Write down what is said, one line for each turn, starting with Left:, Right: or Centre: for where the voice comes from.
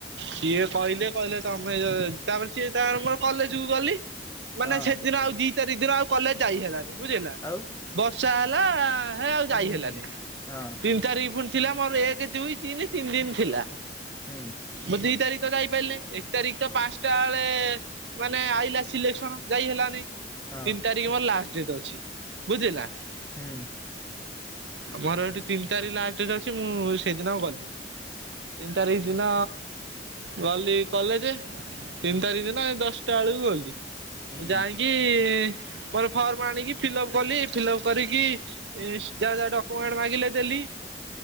Right: ସିଏ କହିଲେ କହିଲେ ତମେ ତାପରେ ସିଏ ତାପରେ ମୋର କଲେଜ କୁ ଗଲି। ମାନେ
Left: ହଁ
Right: ସେଦିନ ଆଉ ଦି ତାରିଖ ଦିନ ଆଉ କଲେଜ ଯାଇ ହେଲାନି ବୁଝିଲୁନା?
Left: ଆଉ
Right: ବର୍ଷା ହେଲା ହେ ଆଉ ଯାଇ
Left: ହୁଁ
Right: ହେଲାନି
Left: ହୁଁ। ହଁ
Right: ତିନି ତାରିଖ ଫୁଣି ଥିଲା ମୋର ଏକ ଦୁଇ ତିନି ତିନି ଦିନ ଥିଲା।
Left: ହୁଁ।
Right: ମୁଁ ଦି ତାରିଖ ତ ଯାଇ ପାଇଲି ନାହିଁ ଏକ ତାରିଖ ତ ପାଞ୍ଚଟା ଵେଳେ ମାନେ ଆଇଲା ସିଲେକ୍ସନ ଯାଇ ହେଲାନି
Left: ହଁ
Right: ତିନି ତାରିଖ ମୋର ଲାଷ୍ଟ ଡେଟ୍ ଅଛି ବୁଝିଲୁନା?
Left: ହୁଁ।
Right: ମୋର ଏଇଠି ତିନି ତାରିଖ ଲାଷ୍ଟ ଡେଟ୍ ଅଛି ମୁଁ ସେଇଦିନ ଗଲି। ତିନି ତାରିଖ ଦିନ ଗଲି କଲେଜ। ତିନି ତାରିଖ ଦିନ ଦଶଟା ବେଳକୁ ଗଲି।
Left: ହୁଁ
Right: ମୁଁ ଯାଇକି ମୋର ଫର୍ମ ଆଣିକି ଫିଲଅପ କଲି ଫିଲପ୍ କରିକି ଯାହା ଯାହା ଡକୁୁମେଣ୍ଟ ମାଗିଲେ ଦେଲି।